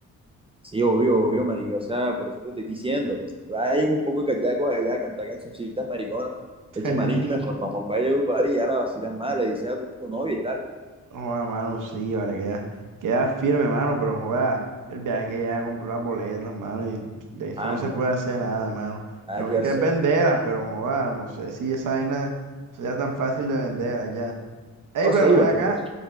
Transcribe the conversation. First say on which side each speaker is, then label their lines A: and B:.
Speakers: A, on the right (about 20°); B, on the right (about 85°).
A: Sí, obvio, obvio, marica, o sea, por eso te estoy diciendo. Vayan un poco de cachacos allá a cantar cancioncitas mariconas.
B: <laughs>
A: Eche maní, mejor vamos para Valledupar y ya la vacilas mal, le dices a tu tu novia y tal.
B: Joda, mano, sí, vale, queda, queda firme, mano, pero joda, el viaje es que ya compró las boletas, mano, y de hecho
A: Ah,
B: no se
A: no,
B: puede hacer nada, mano.
A: nada
B: La única
A: que hacer.
B: es venderlas, pero joda, no sé si esa vaina sea tan fácil de vender allá. Ey,
A: O
B: pero
A: sea, igual
B: ven acá,
A: que por...